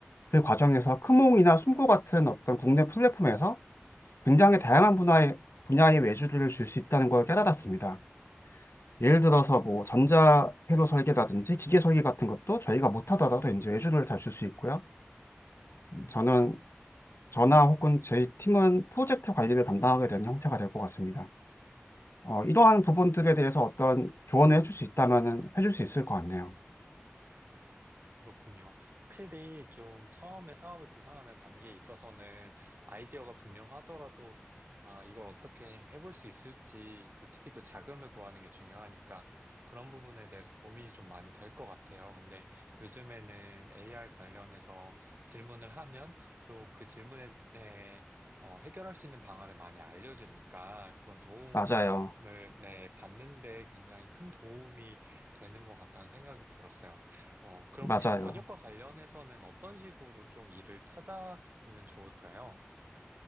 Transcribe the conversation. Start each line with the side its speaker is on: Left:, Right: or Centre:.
Left: 그 과정에서 크몽이나 숨고 같은 어떤 국내 플랫폼에서 굉장히 다양한 분야의 분야의 외주를 줄 수 있다는 걸 깨달았습니다. 예를 들어서 뭐 전자 회로 설계라든지 기계 설계 같은 것도 저희가 못하더라도 이제 외주를 잘 줄 수 있고요. 저는 저나 혹은 제 팀은 프로젝트 관리를 담당하게 되는 형태가 될 것 같습니다. 어, 이러한 부분들에 대해서 어떤 조언을 해줄 수 있다면은 해줄 수 있을 것 같네요.
Right: 그렇군요. 확실히 좀 처음에 사업을 구상하는 단계에 있어서는 아이디어가 분명하더라도 아, 이걸 어떻게 해볼 수 있을지, 그 특히 또 자금을 구하는 게 중요하니까 그런 부분에 대해서 고민이 좀 많이 될 것 같아요. 근데 요즘에는 AI 관련해서 질문을 하면 또 그 질문에 네, 어, 해결할 수 있는 방안을 많이 알려주니까 그런 도움을
Left: 맞아요.
Right: 네, 받는데 굉장히 큰 도움이 되는 것 같다는 생각이 들었어요. 어, 그럼
Left: 맞아요.
Right: 혹시 번역과 관련해서는 어떤 식으로 좀 일을 찾아보면 좋을까요?